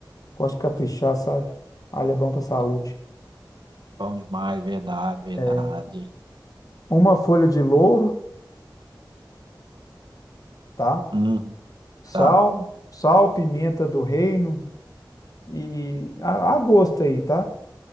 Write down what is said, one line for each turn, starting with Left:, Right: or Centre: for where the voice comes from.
Left: gosto de caprichar, sabe? Alho é bom pra saúde.
Right: é Bom demais, verdade, verdade.
Left: É, Uma folha de louro, tá?
Right: Uhum,
Left: Sal,
Right: tá.
Left: sal, pimenta do reino e a, a gosto aí, tá?